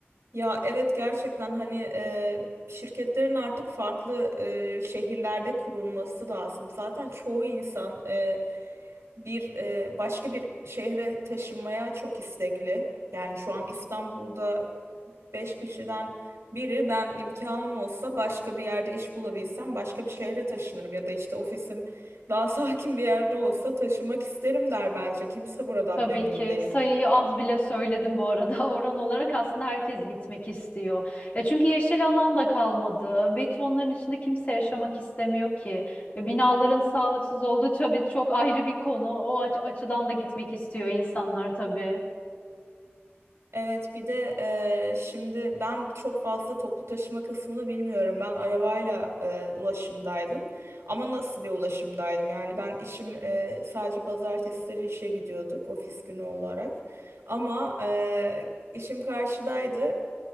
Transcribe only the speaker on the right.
Ya evet gerçekten hani e, şirketlerin artık farklı e, şehirlerde kurulması lazım. Zaten çoğu insan e, bir e, başka bir şehre taşınmaya çok istekli. Yani şu an İstanbul'da Beş kişiden biri ben imkanım olsa başka bir yerde iş bulabilsem başka bir şehre taşınırım ya da işte ofisim daha <laughs> sakin bir yerde olsa taşımak isterim der bence. Kimse buradan
memnun
değil.
Evet bir de eee, şimdi ben çok fazla toplu taşıma kısmını bilmiyorum. Ben arabayla eee, ulaşımdaydım. Ama nasıl bir ulaşımdaydım? Yani ben işim eee, sadece pazartesileri işe gidiyorduk ofis günü olarak. Ama eee, işim karşıdaydı.